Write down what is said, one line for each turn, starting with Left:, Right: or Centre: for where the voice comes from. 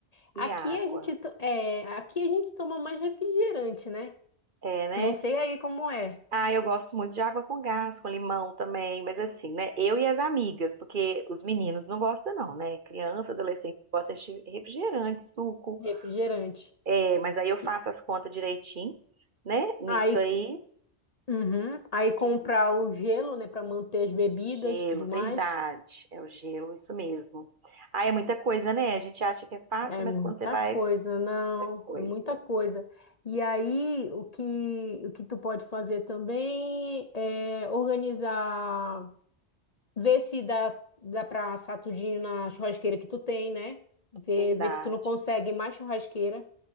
Left: Aqui
Right: e água.
Left: a gente, to- é, aqui a gente toma mais refrigerante, né?
Right: É, né?
Left: Eu não sei aí como é.
Right: Ah, eu gosto muito de água com gás, com limão também, mas assim, né? Eu e as amigas, porque os meninos não gostam, não, né? Criança, adolescente gosta de refrigerante, suco.
Left: Refrigerante.
Right: É, mas aí eu faço
Left: E
Right: as contas direitinho, né? Nisso
Left: Aí,
Right: aí.
Left: uhum, aí
Right: E
Left: comprar
Right: De vidro.
Left: o gelo, né, para manter as bebidas,
Right: Gelo,
Left: tudo
Right: verdade.
Left: mais.
Right: É o gelo, isso mesmo. Ah, é muita coisa, né? A gente acha que é fácil,
Left: É
Right: mas
Left: muita
Right: quando você vai,
Left: coisa, não,
Right: é coisa.
Left: é muita coisa. E aí, o que, o que tu pode fazer também é organizar, ver se dá, dá para assar tudinho na churrasqueira que tu tem, né? Ver,
Right: Verdade.
Left: ver se tu não consegue mais churrasqueira,